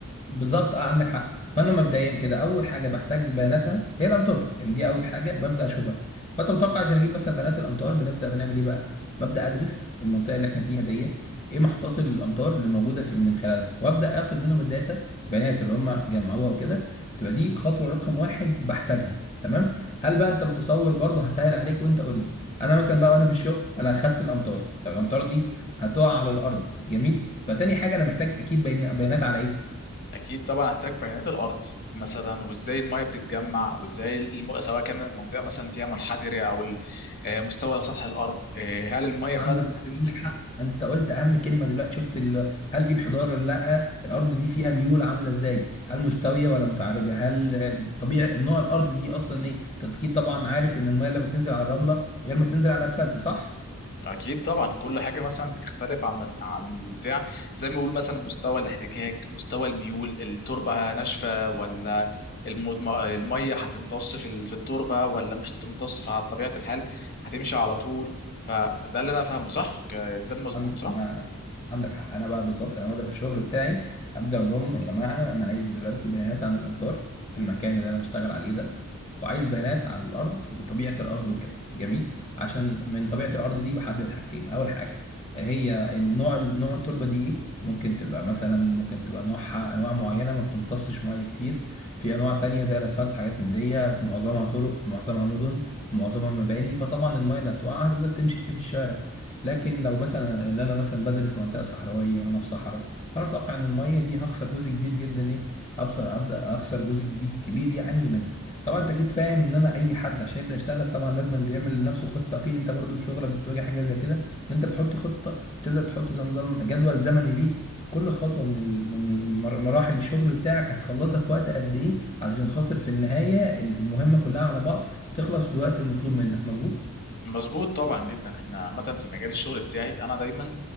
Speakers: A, on the left (about 30°); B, on the left (about 45°).
A: بالظبط أه عندك حق فأنا مبدئيا كده أول حاجة بحتاج بياناتها هي الأمطار يعني دي أول حاجة ببدأ أشوفها فأنت متوقع عشان أجيب مثلا بيانات الأمطار بنبدأ بنعمل إيه بقى؟ ببدأ أدرس المنطقة اللي إحنا فيها دي إيه محطات الأمطار اللي موجودة في من خلالها وأبدأ آخد منهم الداتا بيانات اللي هم جمعوها وكده تبقى دي خطوة رقم واحد بحتاجها تمام؟ هل بقى أنت متصور برضه هسهل عليك وأنت قول لي انا مثلا بقى وانا في الشغل انا اخدت الامطار طب الامطار دي هتقع على الارض جميل فتاني حاجه انا محتاج اكيد بينا- بيانات على ايه
B: اكيد طبعا هحتاج بيانات الارض مثلا وازاي الميه بتتجمع وازاي الم... سواء كان منطقه مثلا فيها منحدره او ال- آه، مستوى سطح الارض آه، هل الميه فعلا
A: عندك
B: هتنزل
A: عندك حق انت قلت اهم كلمه دلوقتي شفت ال... هل في انحدار ولا لا الارض دي فيها ميول عامله ازاي هل مستويه ولا متعرجه هل آه، طبيعي نوع الارض دي اصلا ايه انت اكيد طبعا عارف ان الميه لما تنزل على الرمله غير ما تنزل على الاسفلت صح
B: اكيد طبعا كل حاجه مثلا بتختلف عن عن البتاع زي ما بيقول مثلا مستوى الاحتكاك مستوى الميول التربه ناشفه ولا المضم... الميه هتمتص في ال- في التربه ولا مش هتمتص على طبيعه الحال هتمشي على طول فده اللي انا فاهمه صح ك- ده المظبوط
A: عن-
B: صح
A: ما- أنا- عندك حق انا بقى بالظبط انا ببدا في الشغل بتاعي ابدا اقول لهم يا جماعه انا عايز دلوقتي بيانات عن الامطار في المكان اللي انا هشتغل عليه ده وعايز بيانات عن الارض وطبيعه الارض وكده جميل عشان من طبيعه الارض دي بحدد حاجتين اول حاجه هي النوع نوع التربه دي ايه ممكن تبقى مثلا ممكن تبقى نوعها انواع معينه ما بتمتصش ميه كتير في انواع تانية زي الاسفلت وحاجات من دي معظمها طرق معظمها مدن معظمها مباني فطبعا الميه اللي هتقع هتبدا تمشي في الشارع لكن لو مثلا ان انا مثلا بدرس منطقه صحراويه وانا في صحراء فانا متوقع ان الميه دي هخسر جزء كبير جدا ايه ابصر ابدا اخسر جزء دي كبير يعني منها طبعا انت اكيد فاهم ان انا اي حد عشان يبدا يشتغل طبعا لازم بيعمل لنفسه خطه اكيد انت برضو في شغلك بتواجه حاجه زي كده ان انت بتحط خطه تبدا تحط زي نظام جدول زمني ليك كل خطوه من ال... من مر- مراحل الشغل بتاعك هتخلصها في وقت قد ايه علشان خاطر في النهايه المهمه كلها على بعض تخلص في الوقت المطلوب منك مظبوط
B: مظبوط طبعا جدا احنا عامه في مجال الشغل بتاعي انا دايما